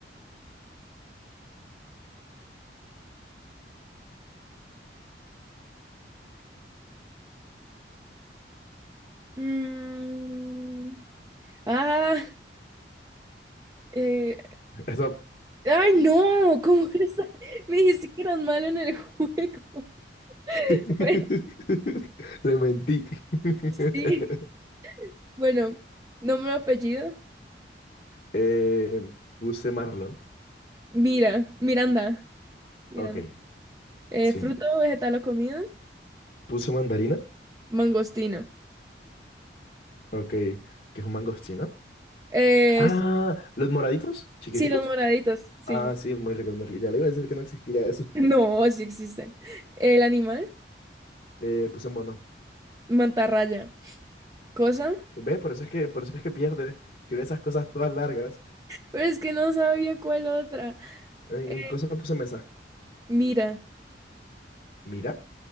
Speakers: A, on the right; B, on the left.
A: Mm, Ah, eh,
B: Stop.
A: ay, no, ¿cómo crees? <laughs> Me dijiste que eras malo en el juego. <laughs>
B: <laughs>
A: Bueno,
B: Le mentí. <laughs>
A: sí, bueno, nombre, apellido.
B: Eh, puse marlón.
A: Mira, Miranda, Miranda.
B: Ok,
A: Eh,
B: cien
A: fruto, vegetal o comida.
B: Puse mandarina.
A: Mangostino.
B: Ok, que es un mangostino.
A: Eh,
B: Ah, los moraditos, chiquiticos.
A: sí, los moraditos. Sí,
B: Ah,
A: sí.
B: sí, muy rico, muy rico. Ya le iba a decir que no existía eso.
A: <laughs> No, sí existen. El animal,
B: Eh, puse mono.
A: mantarraya. Cosa,
B: ves por eso es que, por eso es que pierde. Escribe esas cosas todas largas.
A: pero es que no sabía cuál otra.
B: En
A: Eh,
B: cosas puse mesa.
A: Mira,
B: Mira.